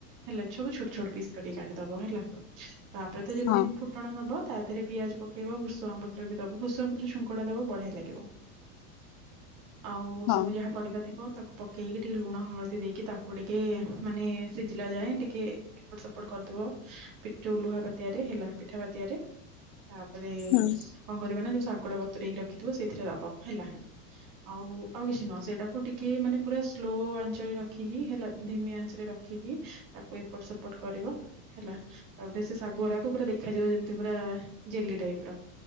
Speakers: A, on the right; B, on the left.
A: ହେଲା ଛବୁ ଛୋଟ ଛୋଟ ପିସ୍ କରିକି କାଟିିଦବ ହେଲା। ତାପରେ ତ ଯେମିତି
B: ହଁ
A: ଫୁଟଣ ନବ ତା ଦେହରେ ପିଆଜ ପକେଇବ ଭୃସଙ୍ଗ ତ୍ର ବି ଦବ ଭୃସଙ୍ଗ ପତ୍ର ଛୁଙ୍କ ଦବ ବଢ଼ିଆ ଲାଗିବ। ଆଉ
B: ହଁ
A: ସବୁ ଯାହା ପରିବା ଥିବ। ତାକୁ ପକେଇକି ଟିକେ ଲୁଣ ହଳଦୀ ଦେଇକି ତାକୁ ଟିକେ ମାନେ ସିଝିଲା ଯାଏଁ ଟିକେ ଏପଟ ସେପଟ କରିଦବ ପିକ୍ ଯୋଉ ଲୁହା ପାତିଆରେ ହେଲା ପିଠା ପାତିଆରେ। ତାପରେ
B: ହୁଁ
A: କଣ କରିବା ନା ଯୋଉ ଶାଗୁଟା ବତରେଇକି ରଖିଥିବ ସେଇଥିରେ ଦବ ହେଲା। ଆଉ ଆଉ କିଛି ନୁହଁ ସେଇଟାକୁ ଟିକେ ମାନେ ପୁରା ସ୍ଲୋ ଆଞ୍ଚରେ ରଖିକି ହେଲା ଧିମି ଆଞ୍ଚରେ ରଖିକି ତାକୁ ଏପଟ ସେପଟ କରିବ। ହେଲା ତାପରେ ସେ ଶାଗୁରା କୁ ପୁରା ଦେଖାଯିବ ଯେମିତି ପୁରା ଜେଲି ଟାଇପ୍।